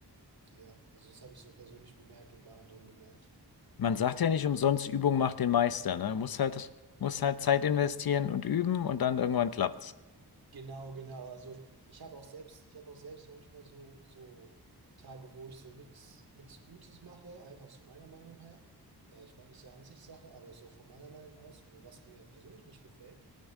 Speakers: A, on the right; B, on the left.
A: ja, also das habe ich so persönlich bemerkt und bei anderen bemerkt.
B: Man sagt ja nicht umsonst, Übung macht den Meister, ne? Muss halt, muss halt Zeit investieren und üben und dann irgendwann klappt's.
A: Genau, genau. Also ich habe auch selbst, ich habe auch selbst manchmal so, so Tage, wo ich so nix, nix Gutes mache, einfach so meiner Meinung her. Äh, ich meine, ist ja Ansichtssache, aber so von meiner Meinung aus, wo, was mir persönlich nicht gefällt,